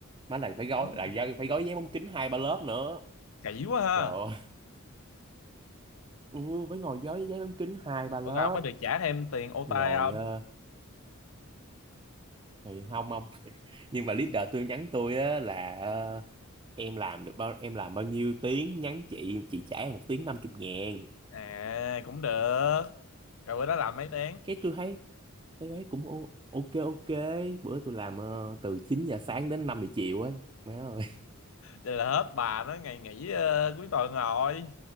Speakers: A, on the right; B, on the left.
A: má là phải gói
B: Tính.
A: là giấy- phải gói giấy bóng kính hai ba lớp nữa
B: kỹ quá ha
A: trời ơi <laughs> ừ, phải ngồi gói giấy bóng kính hai ba lớp
B: ủa rồi không có được trả thêm tiền OT
A: rồi
B: không
A: ờ, thì không không <laughs> nhưng mà leader tôi nhắn tôi á là ờ, em làm được bao em làm bao nhiêu tiếng nhắn chị chị trả em một tiếng năm chục ngàn
B: à cũng được rồi bữa đó làm mấy tiếng
A: cái tôi thấy Cái ấy cũng ô- ok ok bữa tôi làm ờ, từ 9 giờ sáng đến 5 giờ chiều ấy má ơi
B: Đây là hết bà nó ngày nghỉ ờ, cuối tuần rồi